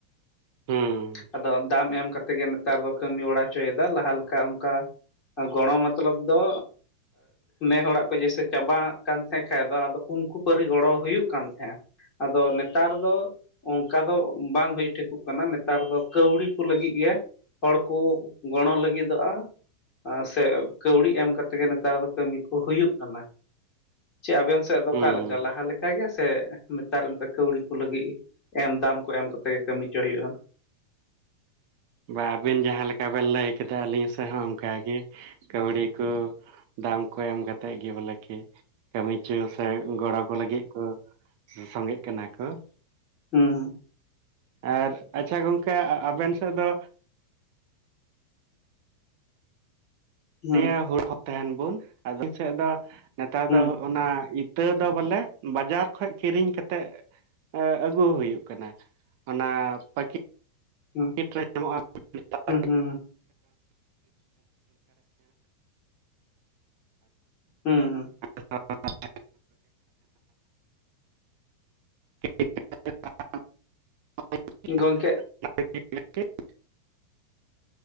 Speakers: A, on the right; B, on the left.
A: ᱦᱮᱸ
B: ᱟᱫᱚ ᱫᱟᱢ ᱮᱢ ᱠᱟᱛᱮ ᱜᱮ ᱱᱮᱛᱟᱨ ᱫᱚ ᱠᱟᱹᱢᱤ ᱵᱟᱲᱟᱟ ᱦᱚᱪᱚᱭᱫᱟ, ᱞᱟᱦᱟ ᱞᱮᱠᱟ ᱚᱝᱠᱟ ᱜᱚᱲᱚ ᱢᱚᱛᱞᱚᱵ ᱫᱚ ᱱᱮ ᱦᱚᱲᱟᱜ ᱠᱚ ᱡᱮᱭᱥᱮ ᱪᱟᱵᱟᱜ ᱠᱟᱱ ᱛᱟᱦᱮᱸ ᱠᱷᱟᱡ ᱫᱚ ᱟᱫᱚ ᱩᱱᱠᱩ ᱯᱟᱹᱨᱤ ᱜᱚᱲᱚ ᱦᱩᱭᱩᱜ ᱠᱟᱱ ᱛᱟᱦᱮᱸᱫ᱾ ᱟᱫᱚ ᱱᱮᱛᱟᱨ ᱫᱚ ᱚᱝᱠᱟ ᱫᱚ ᱵᱟᱝ ᱦᱩᱭ ᱴᱷᱤᱠᱚᱜ ᱠᱟᱱᱟ ᱱᱮᱛᱟᱨ ᱫᱚ ᱠᱟᱹᱣᱰᱤ ᱠᱚ ᱞᱟᱹᱜᱤᱫ ᱜᱮ ᱦᱚᱲ ᱠᱩ ᱜᱚᱲᱚ ᱞᱟᱹᱜᱤᱫᱚᱜᱼᱟ, ᱥᱮ ᱠᱟᱹᱣᱲᱤ ᱮᱢ ᱠᱟᱛᱮ ᱜᱮ ᱱᱮᱛᱟᱨ ᱫᱚ ᱠᱟᱹᱢᱤ ᱠᱚ ᱦᱩᱭᱩᱜ ᱠᱟᱱᱟ᱾ ᱪᱮ ᱟᱵᱮᱱ ᱥᱮᱫ ᱫᱚ
A: ᱦᱮᱸ
B: ᱚᱠᱟᱞᱮᱠᱟ ᱞᱟᱦᱟ ᱞᱮᱠᱟ ᱞᱮᱠᱟ ᱜᱮ ᱥᱮ ᱱᱮᱛᱟᱨ ᱱᱮᱛ ᱠᱟᱹᱣᱰᱤ ᱠᱚ ᱞᱟᱹᱜᱤᱫ ᱮᱢ ᱫᱟᱢ ᱠᱚ ᱮᱢ ᱠᱟᱛᱮ ᱜᱮ ᱠᱟᱹᱢᱤᱪᱚ ᱦᱩᱭᱩᱜᱼᱟ᱾
A: ᱵᱟ ᱟᱵᱮᱱ ᱡᱟᱦᱟᱸ ᱞᱮᱠᱟ ᱵᱮᱱ ᱞᱟᱹᱭ ᱠᱮᱫᱟ ᱟᱹᱞᱤᱧ ᱥᱮᱦᱚ ᱚᱝᱠᱟᱜᱮ᱾ ᱠᱟᱹᱣᱲᱤ ᱠᱚ ᱫᱟᱢ ᱠᱚ ᱮᱢ ᱠᱟᱛᱮᱜ ᱜᱮ ᱵᱚᱞᱮ ᱠᱤ ᱠᱟᱹᱢᱤᱪᱚ ᱥᱮ ᱜᱚᱲᱚ ᱠᱚ ᱞᱟᱹᱜᱤᱫ ᱠᱚ ᱥᱚᱝᱜᱮ ᱠᱟᱱᱟ ᱠᱚ
B: ᱦᱩᱸ
A: ᱟᱨ ᱟᱪᱪᱷᱟ ᱜᱚᱝᱠᱮ ᱟᱵᱮᱱ ᱥᱮᱫ ᱫᱚ
B: ᱦᱩᱸ
A: ᱱᱤᱭᱟᱹ ᱦᱩᱲ ᱛᱟᱦᱮᱸᱱ ᱵᱩᱱ ᱟᱫᱚ ᱵᱤᱱ ᱥᱮᱫ ᱫᱚ ᱱᱮᱛᱟᱨ
B: ᱦᱩᱸ
A: ᱫᱚ ᱚᱱᱟ ᱤᱛᱟᱹ ᱫᱚ ᱵᱚᱞᱮ ᱵᱟᱡᱟᱨ ᱠᱷᱚᱡ ᱠᱤᱨᱤᱧ ᱠᱟᱛᱮᱫ ᱮ ᱟᱹᱜᱩ ᱦᱩᱭᱩᱜ ᱠᱟᱱᱟ ᱚᱱᱟ ᱯᱟᱠᱤ
B: ᱦᱩᱸ
A: <unintelligible>
B: ᱦᱩᱸ ᱦᱩ ᱦᱩᱸ ᱾ ᱦᱮᱸ ᱦᱮᱸ ᱾
A: <unintelligible> <unintelligible>
B: ᱜᱚᱝᱠᱮ
A: <unintelligible>